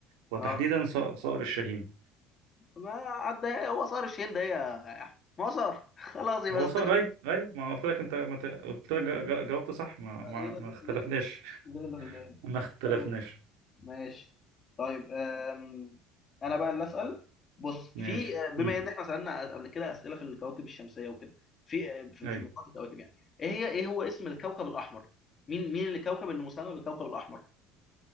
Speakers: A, on the right; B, on the left.
A: وتحديدا
B: اه
A: ص- صقر الشاهين
B: ما عدى هو صقر الشاهين ده يا ما صار <laughs> خلاص يبقى
A: هو صقر
B: ست بدقايق
A: اي اي ما قلت لك انت ما ت- قلت لك جا- جا- جاوبت صح ما ما,
B: يبقى
A: ما
B: زي
A: اختلفناش
B: زي- زي الغلاب
A: <laughs> ما اختلفناش
B: حلو ماشي طيب أم... انا بقى اللي اسال بص
A: ماشي
B: في آه، بما
A: مم.
B: ان احنا سالنا قبل كده اسئله في الكواكب الشمسيه وكده في آه، في
A: أيوة
B: في مجموعة الكواكب يعني ايه هي ايه هو اسم الكوكب الاحمر مين مين الكوكب اللي مسمى بالكوكب الاحمر